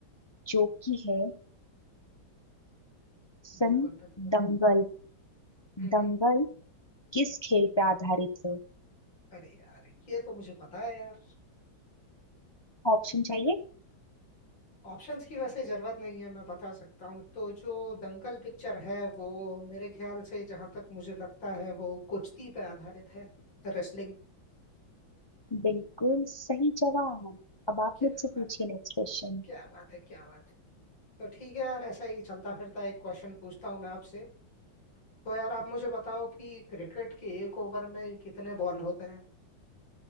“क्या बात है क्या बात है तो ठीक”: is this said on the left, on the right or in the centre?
Left